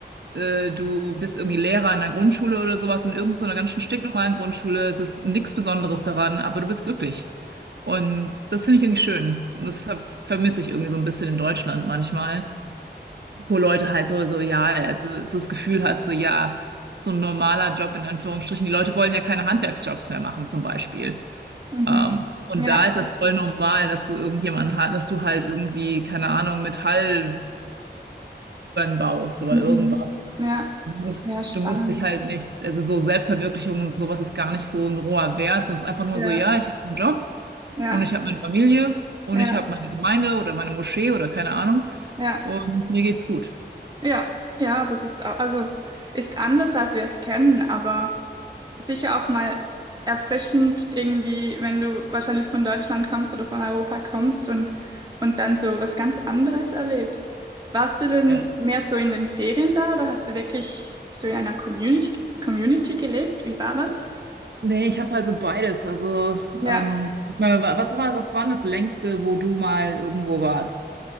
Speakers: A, on the right; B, on the right.
A: äh, du bist irgendwie Lehrer in einer Grundschule oder sowas, in irgendeiner ganz stinknormalen Grundschule. Es ist nichts Besonderes daran, aber du bist glücklich. Und das finde ich irgendwie schön. Und das ver- vermisse ich irgendwie so ein bisschen in Deutschland manchmal, wo Leute halt so, so, ja, also, so das Gefühl hast, so, ja, so ein normaler Job in Anführungsstrichen. Die Leute wollen ja keine Handwerksjobs mehr machen, zum Beispiel.
B: mhm,
A: Ähm, und
B: ja,
A: da ist das voll normal, dass du irgendjemanden, ha- dass du halt irgendwie, keine Ahnung, Metalltüren baust oder
B: mhm,
A: irgendwas.
B: ja,
A: Du musst,
B: ja, spannend.
A: du musst dich halt nicht, also so Selbstverwirklichung und sowas ist gar nicht so ein roher Wert, es ist einfach nur
B: Ja,
A: so, ja, ich habe einen Job
B: ja,
A: und ich habe meine Familie und
B: ja,
A: ich habe meine Gemeinde oder meine Moschee oder keine Ahnung
B: ja.
A: und mir geht's gut.
B: Ja, ja, das ist au- also ist anders, als wir es kennen, aber sicher auch mal erfrischend irgendwie, wenn du wahrscheinlich von Deutschland kommst oder von Europa kommst und und dann so was ganz anderes erlebst. Warst du denn
A: Ja.
B: mehr so in den Ferien da oder hast du wirklich so in einer Community, Community gelebt? Wie war das?
A: Nee, ich habe halt so beides. Also,
B: Ja,
A: ähm, ich meine, wa- was war, was war denn das Längste, wo du mal irgendwo warst?